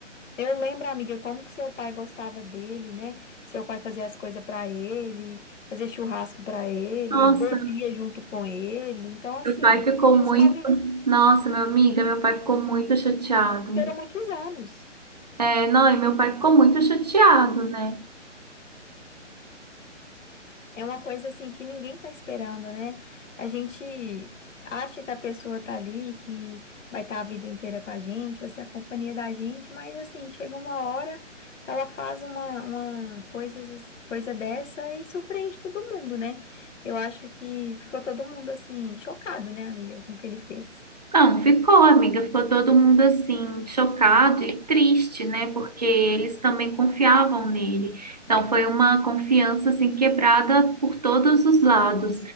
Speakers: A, on the left (about 75°); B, on the right (about 35°).
A: eu lembro, amiga, como que seu pai gostava dele, né? Seu pai fazia as coisas pra ele, fazia churrasco pra ele,
B: Nossa,
A: bebia junto com ele. Então, assim,
B: meu pai ficou muito.
A: eles conviveram
B: Nossa, meu amiga, meu pai ficou muito chateado.
A: muitos anos.
B: É, não, e meu pai ficou muito chateado, né?
A: É uma coisa assim que ninguém tá esperando, né? A gente acha que a pessoa tá ali, que vai estar a vida inteira com a gente, vai ser a companhia da gente, mas assim, chega uma hora que ela faz uma, uma coisa, coisa dessa e surpreende todo mundo, né? Eu acho que ficou todo mundo assim, chocado, né, amiga, com o que ele fez.
B: Não, ficou, amiga. Ficou todo mundo assim, chocado e triste, né? Porque eles também confiavam nele. Então foi uma confiança assim quebrada por todos os lados.